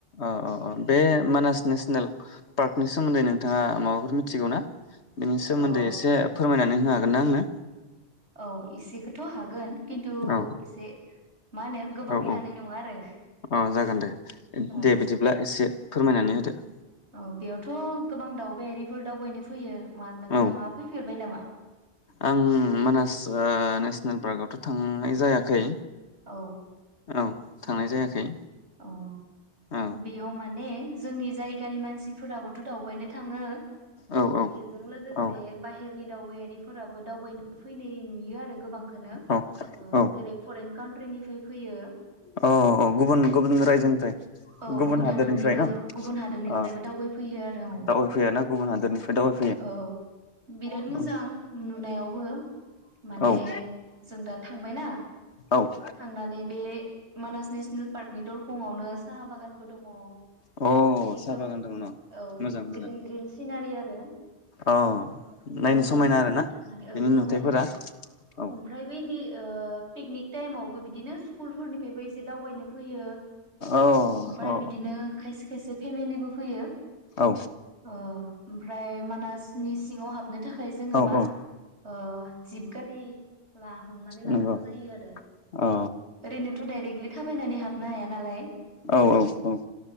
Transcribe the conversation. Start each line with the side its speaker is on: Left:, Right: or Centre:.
Left: औ अ बे मानास नेसनेल पार्कनि सोमोन्दै नोंथाङा माबाफोर मिथिगौ ना? बिनि सोमोन्दै
Right: अ
Left: एसे फोरमायनानै होनो हागोन ना आंनो
Right: औ इसेखौथ' हागोन खिन्थु
Left: औ
Right: एसे मा होनो गोबाङै
Left: औ औ
Right: हानाय नङा आरो
Left: अ जागोन दे
Right: ओ
Left: दे बिदिब्ला एसे फोरमायनानै होदो। <inaudible>
Right: अह बेयावथ' गोबां दावबायारिफोर दावबायनो फैयो। मा नोंथाङा
Left: औ
Right: फैफेरबाय नामा?
Left: आं मानास ओ नेसनेल पार्कआवथ' थांनाय जायाखै
Right: औ
Left: औ थांनाय जायाखै
Right: अह
Left: औ
Right: बेयाव माने जोंनि जायगानि मानसिफोराबोथ' दावबायनो थाङो
Left: औ औ
Right: बेजों लोगोसे
Left: औ
Right: बाहेरनि दावबायारिफोराबो दावबाय फैनाय नुयो आरो गोबांखोनो
Left: औ
Right: ओ,
Left: औ
Right: जेरै - परेन कान फोरनिफ्राय फैयो
Left: अ औ गुबुन गुबुन रायजोनिफ्राय
Right: औ गुबुन
Left: हादोरनिफ्राय
Right: हादोरनिबो,
Left: न
Right: गुबुन हादोरनिफ्रायबो
Left: अ
Right: दावबायफैयो आरो औ,
Left: दावबायफैया ना गुबुन हादोरनिफ्राय दावबायफैयो
Right: औ बिराद
Left: औ
Right: मोजां नुनायावबो माने
Left: औ
Right: जों दा थांबायना,
Left: औ
Right: थांनानै बे मानास नेसनेल न'नि दरखंआवनो साहा बागानबो दङ
Left: औ अ
Right: माने एकदम
Left: साहा बागान दङ न'
Right: औ
Left: मोजां मोजां
Right: ग्रिन ग्रिन सिनारिया आ रो
Left: अ
Right: एसे
Left: नायनो
Right: मोजां
Left: समायना
Right: नाङो
Left: आरोना
Right: आरो थांनानै
Left: बेनि
Right: औ समायना
Left: नुथायफोरा औ
Right: ओमफ्राय बैदि ओ पिकनिक टाइमावबो बिदिनो स्कुलफोरनिफायबो एसे दावबायनो फैयो
Left: औ
Right: ओमफाय
Left: अ
Right: बिदिनो खायसे खायसे फेमिलिबो फैयो।
Left: अ औ
Right: अ ओमफ्राय मानासनि सिङाव हाबनो थाखाय जोङो
Left: औ
Right: मा
Left: औ
Right: ओ जिब गारि ला हमनानै लानांगौ
Left: नंगौ
Right: जायो आरो
Left: अ औ
Right: ओरैनोथ' डाइरेक्टलि थाब नै हाबनो हाया नालाय
Left: औ औ औ